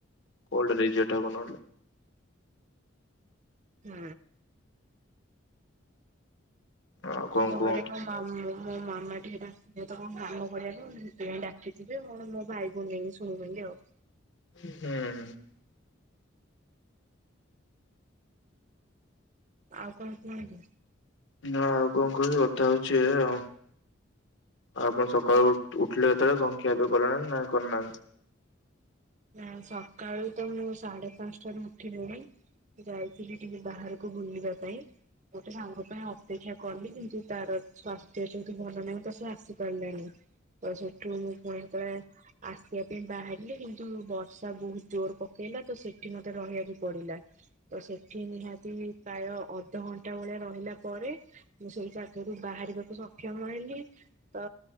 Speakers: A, on the left; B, on the right.
A: କଲ ଟା ରିଜେକ୍ଟ ହବ ନହେଲେ।
B: ହୁଁ।
A: ଆଉ କଣ
B: ଘରେ
A: କୁହନ୍ତୁ
B: <unintelligible> ହଁ ମୁଁ ମୋ ମାମା ଟିକେ ଡାକିଥିବେ ତ କଣ କାମ କରିବାକୁ ସେଥିପାଇଁ ଡାକିଚି ଜେ କଣ ମୋ ଭାଇ ବୁଲେଇକି ଶୁଣୁଚନ୍ତି ଆଉ।
A: ହୁଁ।
B: ଆଉ କଣ କୁହନ୍ତୁ।
A: ନା ଆଉ କଁ କହିବି କଥା ହଉଛି ଏୟା। ଆଉ ଆପଣ ସକାଳୁ ଉଠିଲେ କେତେବେଳେ କନ ଖିଆ ପିଆ କଲେଣି ନା ନାଁ କରିନାହାନ୍ତି?
B: ନା ସକାଳୁ ତ ମୁଁ ସାଢେ ପାଞ୍ଚଟାରୁ ଉଠିଲିଣି। ଯାଇଥିଲି ଟିକେ ବାହାରକୁ ବୁଲିବା ପାଇଁ। ଗୋଟେ ସାଙ୍ଗ ପାଇଁ ଅପେକ୍ଷା କଲି କିନ୍ତୁ ତାର ସ୍ଵାସ୍ଥ୍ୟ ଯେହେତୁ ଭଲ ନାହିଁ ତା ସେ ଆସି ପାରିଲାନି। ତ ସେଠୁ ମୁଁ ପୁଣି ଯେତେବେଳେ ଆସିବା ପାଇଁ ବାହାରିଲିଣି ତୁ ବର୍ଷା ବହୁତ ଜୋର ପକେଇଲା ତ ସେଠି ମତେ ରହିବାକୁ ପଡିଲା। ତ ସେଠି ନିହାତି ପ୍ରାୟ ଅଧଘଣ୍ଟା ଭଳିଆ ରହିଲା ପରେ ମୁଁ ସେଇ ଜାଗାରୁ ବାହାରିବାକୁ ସକ୍ଷମ ହେଲି। ତ